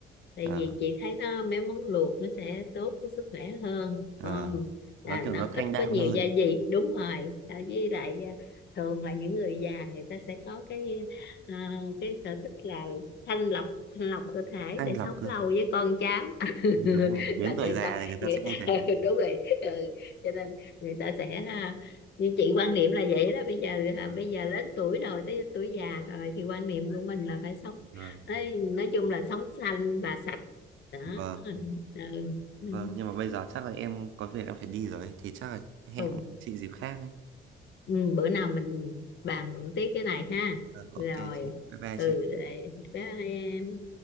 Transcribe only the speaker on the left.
tại
vì chị thấy nó mấy món luộc nó sẽ tốt với sức khỏe hơn
không là
nó
ít
có nhiều
gia vị đúng rồi à, với lại à, thường là những người già người ta sẽ có cái à, cái sở thích là thanh lọc thanh lọc cơ thể
để
sống
lâu
với con cháu <laughs>
là người
ta
người,
<laughs> đúng rồi ừ. cho nên người ta sẽ à, như chị quan niệm là vậy đó bây giờ à,
bây giờ lớn tuổi rồi tới tuổi già rồi thì quan niệm của mình là phải sống
Ê, nói chung là sống xanh và sạch đó
ừ. Ừ.
Ừ.
Ừ.
Ừ, bữa nào mình bàn luận tiếp cái này ha
rồi
ừ
rồi bye